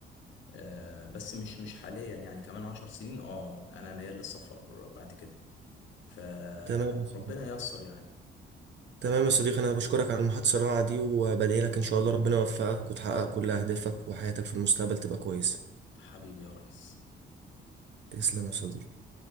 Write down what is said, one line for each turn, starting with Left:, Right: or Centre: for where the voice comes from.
Left: آه، بس مش مش حاليا يعني كمان عشر سنين اه أنا ميال للسفر بعد كده فربنا
Right: تمام يا صديقي.
Left: ييسر يعني
Right: تمام يا صديقي انا بشكرك على المحادثة الرائعة دي وبدعي لك ان شاء الله ربنا يوفقك وتحقق كل اهدافك وحياتك في المستقبل تبقى كويسة
Left: حبيبي يا ريس
Right: تسلم يا صديقي